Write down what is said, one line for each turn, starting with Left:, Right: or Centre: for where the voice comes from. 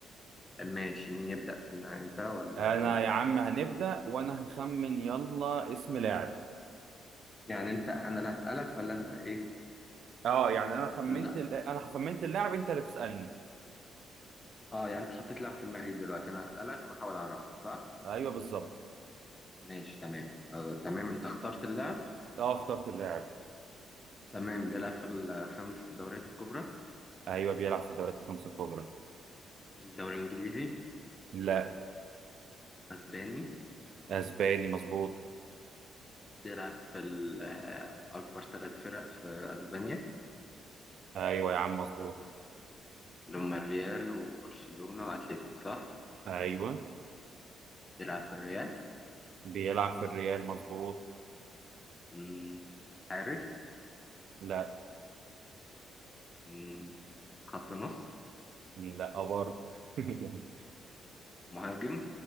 Left: ماشي مين يبدأ فينا أنت ولا
Right: انا
Left: أنا؟
Right: يا عم هنبدا وانا هخمن يلا اسم لاعب
Left: يعني أنت أنا اللي هسألك ولا أنا إيه؟
Right: اه يعني انا خمنت
Left: ولا
Right: ال- انا خمنت اللاعب انت اللي تسالني
Left: أه يعني أنت حطيت لاعب في دماغي دلوقتي أنا هسألك وأحاول أعرفه صح؟
Right: ايوه بالظبط
Left: ماشي تمام آه، تمام أنت اخترت اللاعب
Right: اه اخترت اللاعب
Left: تمام بيلعب في الخمس دوريات الكبرى
Right: ايوه بيلعب في الدوريات الخمسه الكبرى
Left: الدوري الإنجليزي
Right: لا
Left: أسباني
Right: اسباني مظبوط
Left: بيلعب في ال- آه، أكبر ثلاث فرق في أسبانيا
Right: ايوه يا عم مظبوط
Left: اللي هما الريال وبرشلونة وأتلتيكو صح؟
Right: ايوه
Left: يلعب في الريال
Right: بيلعب في الريال مظبوط
Left: مم. حارس
Right: لا
Left: مم. خط نص
Right: لا برضه <laughs>
Left: مهاجم